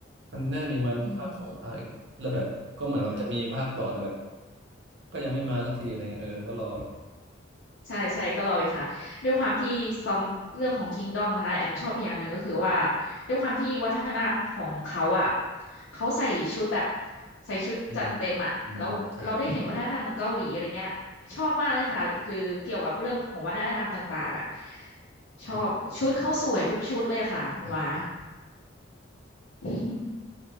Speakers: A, on the right; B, on the left.
A: มันน่ามีมันภาคสองภาคเนี่ยแล้วแบบก็เหมือนแบบจะมีภาคต่อแต่แบบ
B: อืมอ่า
A: ก็ยังไม่มาสักทีอะไรเงี้ยเออก็รอ
B: ใช่ใช่ก็รออยู่ค่ะด้วยความที่ซอมเรื่องของ Kingdom นะคะแอมชอบอีกอย่างหนึ่งก็คือว่าด้วยความที่วัฒนธรรมของเขาอ่ะเขาใส่ชุดแบบใส่ชุดจัดเต็มอ่ะแล้วเราได้เห็นวัฒนธรรมของเกาหลีอะไรเงี้ยชอบมากเลยค่ะหรือเกี่ยวกับเรื่องของวัฒนธรรมต่างๆอ่ะ
A: อืมอืมอืมใช่
B: ชอบชุดเขาสวยทุกชุดเลยค่ะคุณวา
A: อืมใช่ใช่ใช่
B: <laughs>